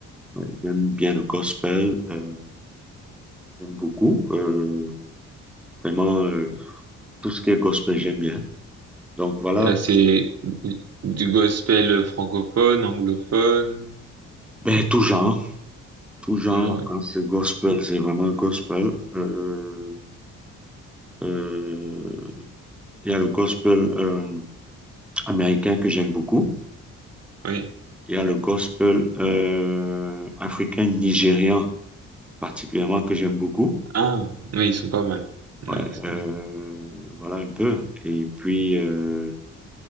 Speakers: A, in the centre; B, on the right.
A: Ouais, J'aime bien le gospel, euh, j'aime beaucoup. Euh, Vraiment, euh, tout ce qui est gospel, j'aime bien. Donc voilà,
B: Euh, c'est du gospel francophone, anglophone,
A: ben, tout genre, tout genre,
B: toujours, oui.
A: quand c'est gospel, c'est vraiment gospel. Euh, euh, il y a le gospel euh, américain que j'aime beaucoup.
B: Oui.
A: Il y a le gospel euh, africain nigérian particulièrement que j'aime beaucoup.
B: Ah, oui, ils sont pas mal.
A: Ouais,
B: Oui, ils sont...
A: euh, voilà un peu. Et puis, euh,